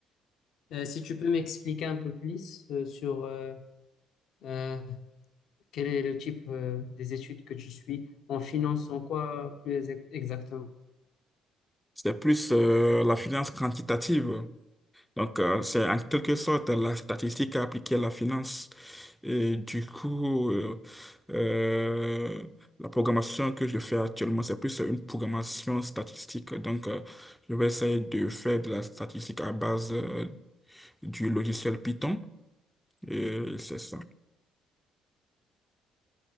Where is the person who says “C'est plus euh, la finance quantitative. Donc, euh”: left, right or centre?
Centre